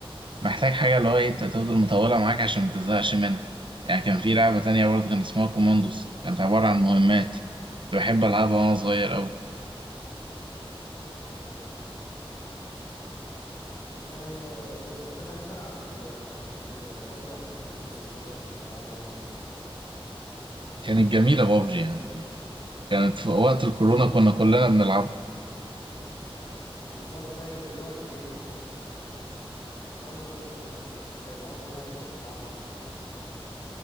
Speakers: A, on the right; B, on the left.
A: محتاج حاجة اللي هو إيه أنت تفضل مطولة معاك عشان متزهقش منها يعني كان في لعبة تانية برضه كان اسمها كوماندوس كانت عبارة عن مهمات كنت بحب ألعبها وأنا صغير أوي
B: اه آه، وكنت بحب العب لعبة بابجي على التليفون بس دلوقتي مبقتش بلعبها يعني اوي
A: كانت جميلة
B: كانت
A: بابجي
B: كانت
A: يعني كانت في وقت
B: كانت
A: الكورونا
B: جميلة الأول
A: كنا كلنا
B: بس
A: بنلعبها
B: بالظبط أيوة دلوقتي دلوقتي بابجي مبقتش زي الأول يعني مبقتش بلعبها